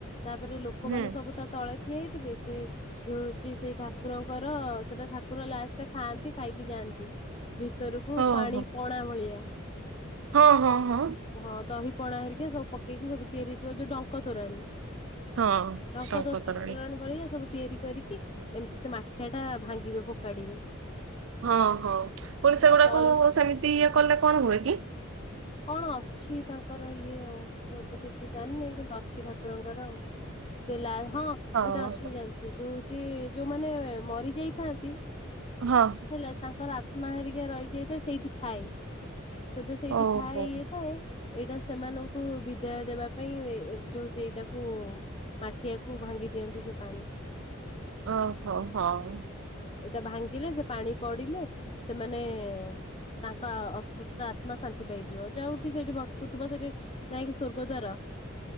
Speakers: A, on the left; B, on the right.
A: ତାପରେ ଲୋକମାନେ
B: ହୁଁ
A: ସବୁ ତା ତଳେ ଠିଆ ହେଇଥିବେ, ସେ ଯୋ ହଉଛି ସେଇ ଠାକୁରଙ୍କର ସେଟା ଠାକୁର ଲାଷ୍ଟ ଖାଆନ୍ତି ଖାଇକି ଯାଆନ୍ତି। ଭିତରକୁ
B: ଓହୋ
A: ପାଣି ପଣା ଭଳିଆ
B: ହଁ ହଁ ହଁ।
A: ହଁ ଦହି ପଣା ହେରିକା ସବୁ ପକେଇକି ସବୁ ତିଆରି ହେଇଥିବ ଯୋଉ ଡଙ୍କ ତୋରାଣୀ।
B: ହଁ
A: ଡଙ୍କ
B: ଟଙ୍କ
A: ତୋରାଣୀ
B: ତୋରାଣି
A: ଭଳିଆ ସବୁ ତିଆରି କରିକି ଏମିତି ସେ ମାଠିଆ ଟା ଭାଙ୍ଗିବେ ଫୋପାଡିବେ।
B: ହଁ ହଁ ମୁଁ କହିଲି ସେଗୁଡାକୁ
A: ତଳେ
B: ସେମିତି ଇଏ କଲେ କଣ ହୁଏ କି?
A: କଣ ଅଛି ତାଙ୍କର ଇଏ ଆଉ। ମୁଁ ତ ଠିକ ସେ ଜାଣିନି କିନ୍ତୁ ଅଛି ଠାକୁରଙ୍କର ଆଉ। ସେ ଲା ହଁ ଏଇଟା
B: ହଁ।
A: ଅଛି ମୁଁ ଜାଣିି ସେ ଯୋଉ ହୋଉଛି ଯୋଉମାନେ ମରି ଯାଇଥାନ୍ତି
B: ହଁ।
A: ହେଲେ ତାଙ୍କର ଆତ୍ମା ହେରିକା ରହିଯାଇଥାଏ ସେଇଠି ଥାଏ। ତେବେ ସେଇଠି
B: ହଉ
A: ଥାଏ
B: ହଉ
A: ଇଏ ଥାଏ। ଏଇଟା ସେମାନଙ୍କୁ ବିଦାୟ ଦେବା ପାଇଁ ଏ ଯୋ ହଉଛି ଏଇଟାକୁ ମାଠିଆକୁ ଭାଙ୍ଗି ଦିଅନ୍ତି ସେ ପାଣି।
B: ଓହୋ ହଉ।
A: ଏଇଟା ଭାଙ୍ଗିଲେ ସେ ପାଣି ପଡିଲେ ସେମାନେ ତାଙ୍କ ଅତୃପ୍ତ ଆତ୍ମା ଶାନ୍ତି ପାଇଯିବ। ଯୋଉଠି ସେଇଠି ଭଟକୁଥିବ ସେଠି ନାହିଁ କି ସ୍ଵର୍ଗ ଦ୍ୱାର।